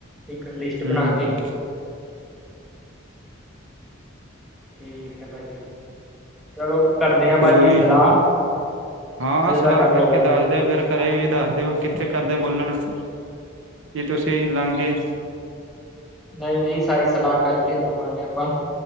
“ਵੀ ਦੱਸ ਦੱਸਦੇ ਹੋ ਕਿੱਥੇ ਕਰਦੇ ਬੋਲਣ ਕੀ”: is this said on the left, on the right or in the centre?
Right